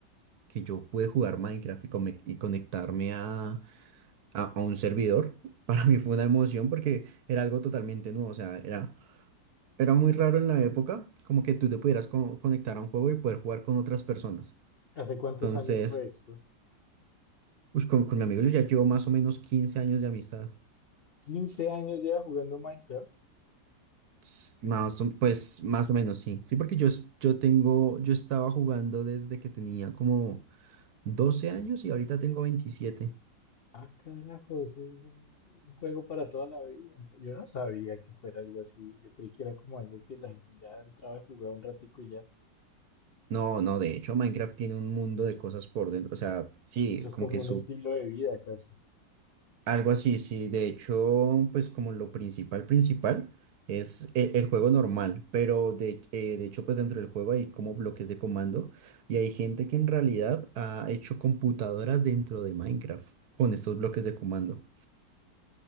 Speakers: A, on the right; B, on the left.
A: que yo pude jugar Minecraft y, come- y conectarme a, a, a un servidor, <laughs> para mí fue una emoción porque era algo totalmente nuevo, o sea, era, era muy raro en la época como que tú te pudieras co- conectar a un juego y poder jugar con otras personas.
B: ¿Hace cuántos
A: Entonces,
B: años fue esto?
A: ush, con, con mi amigo yo ya llevo más o menos 15 años de amistad.
B: 15 años lleva jugando Minecraft.
A: S- Más o- pues más o menos sí, sí, porque yo, es- yo tengo, yo estaba jugando desde que tenía como 12 años y ahorita tengo veintisiete
B: Ah, carajo, eso es un un juego para toda la vida. Ento- yo no sabía que fuera algo así. Yo creí que era como algo que la gente ya entraba y jugaba un ratico y ya.
A: No, no, de hecho Minecraft tiene un mundo de cosas por dentro, o sea, sí,
B: Eso es
A: como
B: como
A: que
B: un
A: su
B: estilo de vida casi.
A: algo así, sí, de hecho, pues como lo principal, principal es e- el, juego normal, pero de, eh, de hecho, pues dentro del juego hay como bloques de comando y hay gente que en realidad ha hecho computadoras dentro de Minecraft con estos bloques de comando.